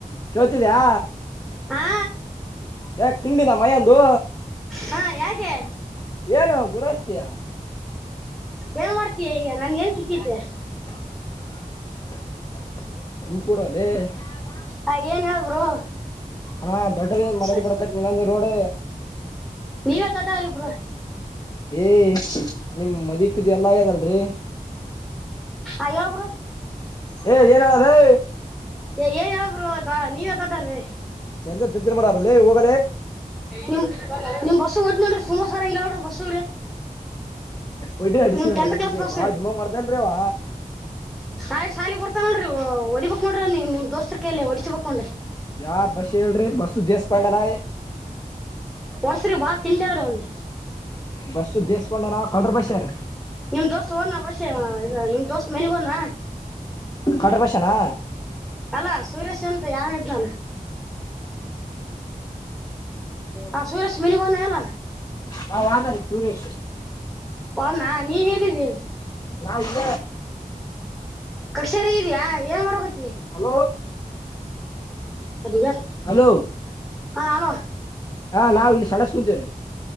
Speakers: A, on the left (about 25°); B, in the centre.
A: ಕೇಳ್ತಿದ್ಯಾ
B: ಹಾ
A: ಯಾಕ ತಿಂಡಿನ ಮಯಂದು
B: ಹಾ ಯಾಕೆ
A: ಯನು ಹ ಗು ರಸ್ತೆಯ
B: ಏನ್ ಮಾಡ್ತೀಯ ಈಗ ನನ್ ಏನ್ ಕಿತ್ತತೆ
A: ಹ <unintelligible>
B: ಹ ಏನ್ ಹೇಳರು
A: ಹಾ ದೊಡ್ಡ ಮರದ
B: ಸರಿ
A: ಕೊಡಕತ್ ನೀನಂದ ರೋಡ್
B: ನೀವ ತೋಟ ಅವ್ರಿಬರು
A: ಏ ನಿಮ್ ಮದಿಪದಿ ಎಲ್ಲ ಆಗ್ಯದಲ್ರಿ
B: ಅಯ್ಯ ಒಬ್ರು
A: ಏ ಏನ್ ಹೇಳದೈ
B: ಏನ್ ಯಾವ್ರರುವಾ ನೀವ್ದದಾರೀ
A: ಚಂದ್ರ ತಿದ್ದಿ ಮಾಡಡ ಹೋಗ
B: ನಿಮ ನಿಮ್ ಬಸ್ಸ ಓದ ನೋಡ್ರಿ ಸುಮ ಸಾರ ಹಂಗಗೆರಿ ಬಸ್ಸಗ್ರಿ
A: ಒಡ್ಡಿ ಅಡಿಸಿ
B: ನೀವು ಟೆಂತ್
A: ಮಗನಿಗೆ
B: ಕ್ಲಾಸ್ ಪಾಸಾಗಿರಿ
A: ಬಾ ದಿಮಾಗ್ ಮಾಡ್ತೇನ್ರಿ ಅವ
B: ನಾಳೆ ಸಾಲಿಗಿ ಬರ್ತಾನಲ್ಲಾರಿಹೊಡಿಬೇಕು ನೋಡ್ರಿ ನೀವು ನಿಮ್ಮ ದೋಸ್ತ ಕಲ್ಲ ಹೊಡಿಸಬೇಕುಡ್ರಿ
A: ಯಾವ ಬಸ್ಯಾ ಹೇಳ್ರಿ ಬಸ್ ದೇಸ್ಪಾಡಾರ
B: ಒಡಿಸ್ರಿ ಬಾ ತಿಂಡದ್ರ ಅವಂದು
A: ಬಸ್ಸ ದೇಸ್ಕೊಂಡೆ ನ ಕಲ್ ಬಸ್ ಯಾರ
B: ನಿಮ್ ದೋಸ್ತ್ ಓದ್ನಾ ಬಸ್ಸ್ಯಾ ನಿಮ್ ದೋಸ್ತ್ ಮನಿಗಿ ಹೋದ್ನಾ
A: ಕಡ್ರ ಬಸ್ನಾ
B: ಅಲ್ಲ ಸುರೇಶ್ ಎಂತ ಯನ ಇದ್ನಾನು ಆ ಸುರೇಶ ಮಿನಗನ ಎಲ್ಲ
A: ಹಾ ಹೋದರಿ ಸುರೇಶ್
B: ಹೋದ್ನಾ ನೀ ಹೆಲ್ಲಿದಿ
A: ನಾ ಈಗ
B: ಕ್ರಶಾರ್ಯಾಇದ್ಯಾಾ ಏನ್ ಮಾತಾಡಕುಂತಿ
A: ಹಲೋ
B: ಅರಿ
A: ಹಲೋ
B: ಹಾ ಹಲೋ
A: ಹಾ -ನಾವ್ ಇಲ್ಲಿ ಸಣಸ್ ಕುೂಂತೇವ್ರೀ